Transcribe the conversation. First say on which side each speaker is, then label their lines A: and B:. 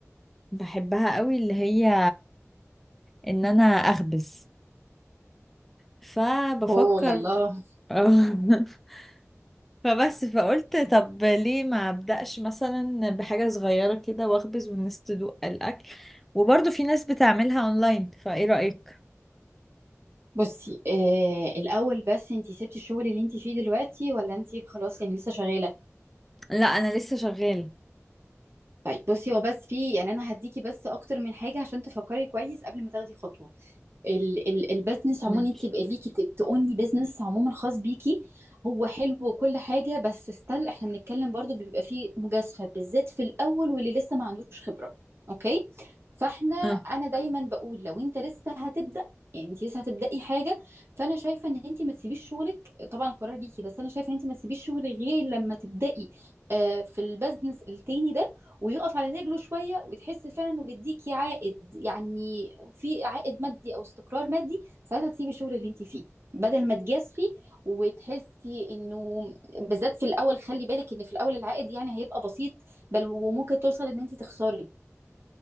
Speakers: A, in the centre; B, on the right.
A: بحبها قوي اللي هي ان انا اخبز فبفكر
B: اوه لله
A: <laughs> فبس فقلت طب ليه ما ابدأش مثلا بحاجة صغيرة كده واخبز والناس تدوق الأكل وبرضه في ناس بتعملها اونلاين فايه رأيك
B: بصي آه الاول بس انت سبتي الشغل اللي انت فيه دلوقتي ولا انت خلاص يعني لسه شغالة
A: لا انا لسه شغالة
B: طيب بصي هو بس في يعني انا هديكي بس اكتر من حاجة عشان تفكري كويس قبل ما تاخدي خطوة ال ال البزنس عموما
A: ماشي
B: انت يبقى ليكي ت- تقوني بزنس عموما خاص بيكي هو حلو وكل حاجه بس ستيل احنا بنتكلم برضو بيبقى فيه مجازفه بالذات في الاول واللي لسه ما عندوش خبره اوكي فاحنا انا
A: اه
B: دايما بقول لو انت لسه هتبدا يعني انت لسه هتبداي حاجه فانا شايفه ان انت ما تسيبيش شغلك طبعا القرار ليكي بس انا شايفه ان انت ما تسيبيش شغلك غير لما تبداي آه، في البزنس التاني ده ويقف على رجله شويه وتحس فعلا انه بيديكي عائد يعني في عائد مادي او استقرار مادي ساعتها تسيبي الشغل اللي انت فيه بدل ما تجازفي وتحسي انه بالذات في الاول خلي بالك ان في الاول العائد يعني هيبقى بسيط بل وممكن توصل ان انت تخسري